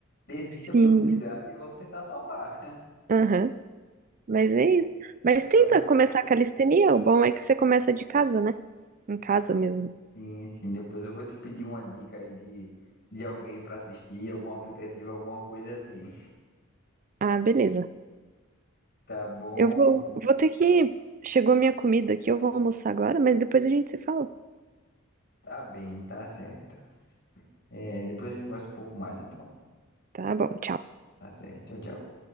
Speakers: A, on the left (about 55°); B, on the right (about 40°).
A: existe
B: sim,
A: a possibilidade e vamos tentar salvar.
B: aham, mas é isso. Mas tenta
A: <laughs> Mas,
B: começar a calistenia, o bom é que você começa de casa, né? Em casa mesmo.
A: sim, sim, depois eu vou te pedir uma dica aí de de alguém para assistir, algum aplicativo, alguma coisa assim.
B: Ah, beleza.
A: Tá bom,
B: Eu vou, vou ter que. Chegou minha comida aqui, eu vou almoçar agora, mas depois a gente se fala.
A: tá bem, tá certo. É, depois a gente conversa um pouco mais então.
B: Tá bom, tchau.
A: Tá certo, tchau, tchau.